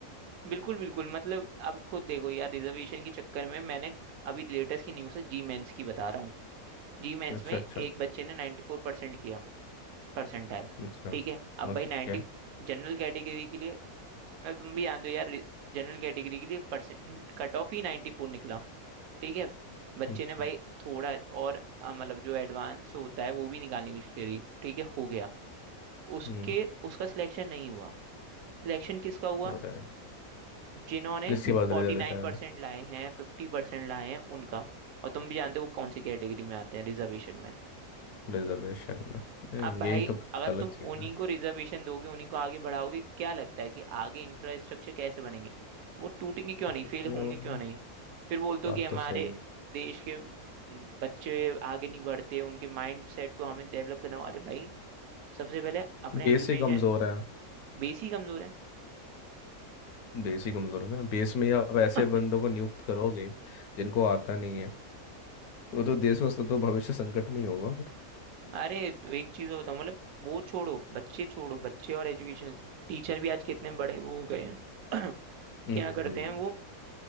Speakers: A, on the right; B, on the left.
A: बिल्कुल बिल्कुल मतलब आप खुद देखो यार रिजर्वेशन के चक्कर में मैंने अभी लेटेस्ट की न्यूज़ है जी मेंस की बता रहा हूँ जी मेंस
B: अच्छा
A: में एक
B: अच्छा
A: बच्चे ने 94 परसेंट किया परसेंटाइल
B: अच्छा
A: ठीक है अब
B: ओके
A: भाई 90 जनरल कैटेगरी के लिए मतलब तुम भी जानते हो यार जनरल कैटेगरी के लिए परसेंट कट ऑफ ही 94 निकला ठीक है बच्चे
B: अच्छा
A: ने भाई थोड़ा और अ, मतलब जो एडवांस होता है वो भी निकालने की कोशिश करी ठीक है हो गया उसके
B: हम्म
A: उसका सिलेक्शन नहीं हुआ सिलेक्शन किसका हुआ
B: होता है
A: जिन्होंने
B: जिसके बाद
A: फोर्टी
B: रिजर्वेशन
A: नाइन परसेंट लाए हैं फिफ्टी परसेंट लाए हैं उनका और तुम भी जानते हो वो कौन सी कैटेगरी में आते हैं रिजर्वेशन में
B: रिजर्वेशन में ए,
A: अब भाई
B: यही तो
A: अगर
B: गलत
A: तुम
B: चीज
A: उन्हीं
B: है
A: को रिजर्वेशन दोगे उन्हीं को आगे बढ़ाओगे क्या लगता है कि आगे इंफ्रास्ट्रक्चर कैसे बनेंगे वो टूटेंगे क्यों
B: कुछ
A: नहीं फेल
B: नहीं
A: होंगे
B: होगा
A: क्यों नहीं फिर बोलते
B: बात
A: हो कि हमारे
B: तो सही है
A: देश के म, बच्चे आगे नहीं बढ़ते उनके माइंड सेट को हमें डेवलप करना हो अरे भाई सबसे पहले अपने
B: बेस
A: एजुकेशन
B: ही कमजोर है
A: बेस ही कमजोर है
B: बेस ही कमजोर है ना बेस में ही आप ऐसे
A: <clears throat>
B: बंदों को नियुक्त करोगे जिनको आता नहीं है वो तो देश का तो भविष्य संकट में ही होगा फिर
A: अरे तो एक चीज और बताऊं मतलब वो छोड़ो बच्चे छोड़ो बच्चे और एजुकेशन टीचर भी आज कितने बड़े वो हो गए हैं <clears throat>
B: हम्म
A: क्या करते हैं वो